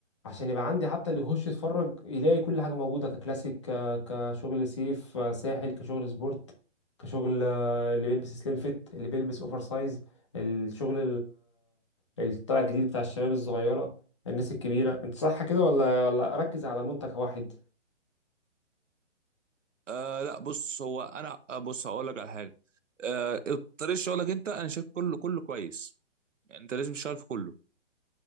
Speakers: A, on the left; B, on the right.
A: عشان يبقى عندي حتى اللي يخش يتفرج يلاقي كل حاجه موجوده ككلاسيك ك- كشغل سيف آه، ساحل كشغل سبورت كشغل آه، اللي بيلبس سليم فيت اللي بيلبس اوفر سايز الشغل الطلع الجديد بتاع الشباب الصغيرة الناس الكبيرة انت صح كده ولا ولا اركز على منتج واحد
B: آه لا بص هو انا آه، بص هقول لك على حاجه آه طريقه شغلك انت انا شايف كله كله كويس يعني انت لازم تشتغل في كله